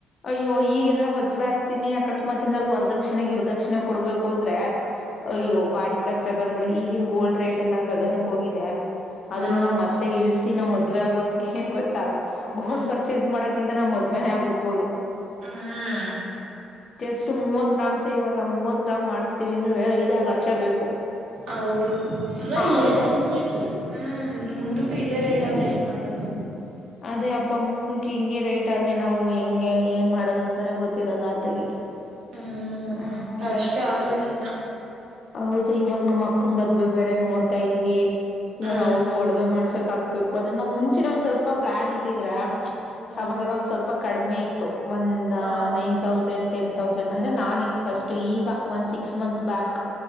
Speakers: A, on the left; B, on the right.
A: ಅಯ್ಯೋ ಈಗ ಏನಾ ಮದ್ವೆ ಆಗ್ತೀನಿ ಅಕಸ್ಮಾತ್ ಏನಾರರು ವರದಕ್ಷಿಣಾಗ ಗಿರದಕ್ಷಿಣೆ ಕೊಡ್ಬೇಕು ಅಂದ್ರೆ ಅಯ್ಯೋ
B: ಹ್ಮ್
A: ಬಾರಿಕ್ ಕಷ್ಟ ಕಂಡ್ಬಿಡ್ರಿ ಈಗಿನ ಗೋಲ್ಡ್ ರೇಟ್ ಎಲ್ಲ ಗಗನಕ್ ಹೋಗಿದೆ.
B: ಹ್ಮ್
A: ಅದನ್ನ ಮತ್ತೆ ಇಳಸಿ ನಮ್ ಮದ್ವೆ ಆಗೋ ಏನ್ ಗೊತ್ತ ಗೋಲ್ಡ್
B: ಹ್ಮ್
A: ಪರ್ಚೇಸ್ ಮಾಡಕ ಕಕಿಂತ ನಾ ಮದುವೆ ಆಗ್ಬಡ್ಬಹುದು.
B: ಹ್ಮ್
A: ಜಸ್ಟ್ ಮೂವತ್ ಗ್ರಾಮ್ಸ್ ಇವಾಗ ಮೂವತ್ ಗ್ರಾಮ್ ಮಾಡಿಸ್ತೀವಿ ಅಂದ್ರೆ ಐದಾರು ಲಕ್ಷ ಬೇಕು.
B: ಹೌದು ಅಲ್ಲ
A: ಹಾ
B: ಏನ್
A: ಐದ
B: ಹಿಂಗೆ ಹ್ಮ್ ಮುಂದಕ್ಕೂ ಇದೇ ರೇಟ್ ಆದ್ರೆ ಏನ್ ಮಾಡ <inaudible>
A: ಅದೇ ಅಪ್ಪ ಮುಂದಕ್ಕೆ ಹಿಂಗೆ ರೆಟ್ ಆದ್ರೆ ನಾವು ಹೆಂಗೆ ಏನ್ ಮಾಡೋದು ಅಂತಾನೆ ಗೊತ್ತಿರಲ್ಲ ಆತಗೆ
B: ಹ್ಮ್
A: ಹ್ಮ
B: ಕಷ್ಟ ಆದ್ರೂ ಜೀವನ
A: ಹೌದು ಇವಾಗ ನಮ್ಮ್ ಅಕ್ಕನ್ ಮದ್ವೆೆ ಬೇರೆ ನೋಡ್ತಾ ಇದೀವಿ ಇವಾಗ
B: ಹ್ಮ್
A: ಅವಳಿಗೂ ಒಡವೆ ಮಾಡ್ಸಕ್ ಹಾಕ್ಬೇಕು ಅದ್ರೆ ನಾವ ಮುಂಚೆನೆ ಒಂದ್ ಸ್ವಲ್ಪ ಪ್ಲಾನ್ ಇದಿದ್ರೆ
B: ಹ್ಮ್
A: ಅವಾಗೆಲ್ಲ ಒಂದ್ ಸ್ವಲ್ಪ ಕಡಿಮೆ ಇತ್ತು. ಒಂದ
B: ಹಾ
A: ನೈನ್ ತೌಸಂಡ್ ಟೆನ್ ತೌಸಂಡ್ ಅಂದರೆ ನಾನು ಫಸ್ಟ್ ಈಗ ಒಂದು ಸಿಕ್ಸ್ ಮಂತ್ಸ್ ಬ್ಯಾಕ್